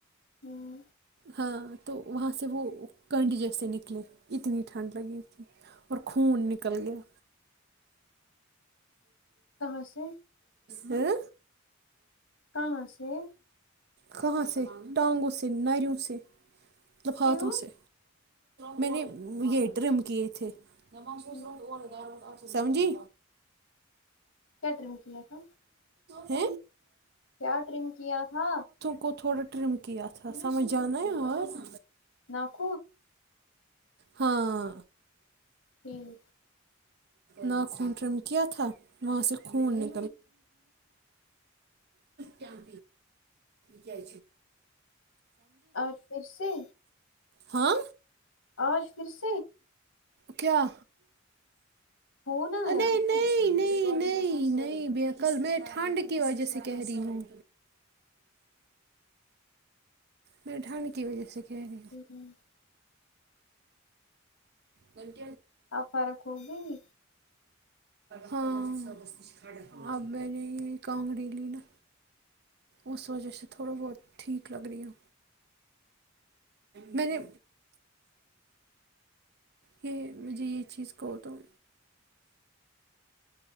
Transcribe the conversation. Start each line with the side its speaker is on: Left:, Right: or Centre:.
Left: ہوں
Right: ہاں تو وہاں سے وہ کنڈ جیسے نکلے اتنی ٹھنڈ لگی تھی اور خون نکل گیا
Left: کہاں سے
Right: ہ
Left: کہاں سے
Right: خھ س ڈانگو سے نریوں خوش لطلفاتوں
Left: کیوں
Right: سے میں نے یہ ٹرم کیے تھے گ
Left: ہم،
Right: سمجھی
Left: کیٹریے مک تھا
Right: ہ
Left: کیا ٹرم کیا تھا
Right: کو تھوڑا ٹرم کیی آ تھا تھا سمجھان آاز
Left: ناک
Right: ہاں
Left: ہم،
Right: ناخونٹرم کیا تھا وہاں سے خون ن کم کے
Left: اور پھر سے
Right: ہاں
Left: آج پھرس
Right: کیا
Left: فون آیا
Right: نہیں نہیں نہیں نہیں نہیں ب کل میں ٹھنڈ کی وجہ سے کہہ رہی ہوں میں ٹھنڈ کی وجہ سے کہہ رہی
Left: ہوں
Right: ہ
Left: ا فرق ہوگئی
Right: ہاں آب جی کانگرییلی نا اس وجہ سے تھوڑا بہت ٹھیک لگ رہ آ میں نے یہ مجھے یہ چیز کہو تو